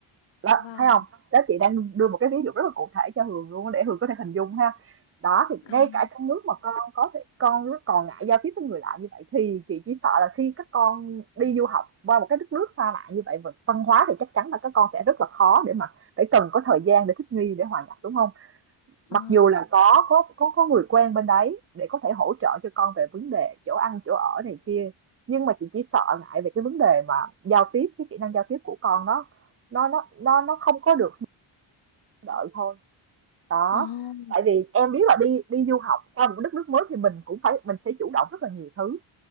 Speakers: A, on the right; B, on the left.
A: Đó,
B: Vâng.
A: thấy không? Đó, chị đang đưa một cái ví dụ rất là cụ thể cho Hường luôn á, để Hường có thể hình dung ha. Đó, thì
B: À,
A: ngay cả trong nước mà con có thể con nó còn ngại giao tiếp với người lạ như vậy, thì chị chỉ sợ là khi các con đi du học qua một cái đất nước xa lạ như vậy, v văn hóa thì chắc chắn là các con sẽ rất là khó để mà phải cần có thời gian để thích nghi, để hòa nhập, đúng không? mặc
B: ờ,
A: dù là có có có có người quen bên đấy để có thể hỗ trợ cho con về vấn đề chỗ ăn chỗ ở này kia nhưng mà chị chỉ sợ ngại về cái vấn đề mà giao tiếp cái kỹ năng giao tiếp của con nó nó nó nó nó không có được như đợi thôi đó
B: ờ,
A: tại vì em biết là đi đi du học qua một đất nước mới thì mình cũng phải mình sẽ chủ động rất là nhiều thứ